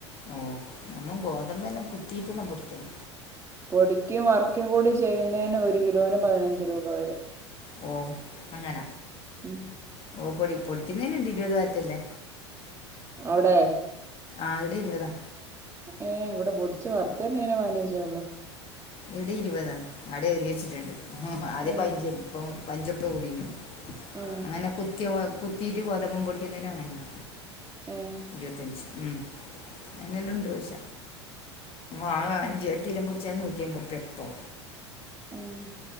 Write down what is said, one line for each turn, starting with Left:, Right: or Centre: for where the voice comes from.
Left: ആഹ് നമ്മ ഗോതമ്പന്നെ കുത്തീട്ട്ന്നാ പൊടിക്കും
Right: പൊടിക്കിം വർക്കും കൂടി ചെയ്യുന്നതിന് ഒരു കിലോതിന് പതിനഞ്ച് രൂപ വരും
Left: ഓ അങ്ങനെ
Right: ഉം
Left: ഓ പൊടി പൊടിക്കുന്നതിന് ഇണ്ട് ഇരുപത് ആറ്റല്ലെ
Right: ഔടെ
Left: ആഹ്അഹ്ടെ ഇരുപതാ
Right: ഏഹ് ഇവടെ പൊടിച്ച് വറ്ത്തെര്ന്നേന് പയ്നെഞ്ചെ ഒള്ളൂ
Left: ഇവടീ ഇരുപതാണ്. ഔടെ എയ്ത്യെച്ചിട്ട്ണ്ട്. അതേ
Right: ഏഹ്
Left: പൈനഞ്ചേ നി ഇപ്പ പയ്ഞ്ചപ്പ <unintelligible> കൂടീണ്ന്ന്
Right: ഏഹ്
Left: അങ്ങനെ കുത്തിയ കുത്തീട്ട് ഗോതമ്പം പൊടിക്കുന്നതിനും അങ്ങനെന്നെ
Right: ഉം
Left: ഇരുപത്തഞ്ച് ഉം അയ്നെല്ലാം ഉണ്ടൊയ്ച. ആഹ് <unintelligible> അഞ്ച്
Right: ഉം
Left: എട്ട് ത്തിലൊമ്പൊടിച്ചാ നൂറ്റി അമ്പത് ഉറ് പ്യ
Right: ആഹ്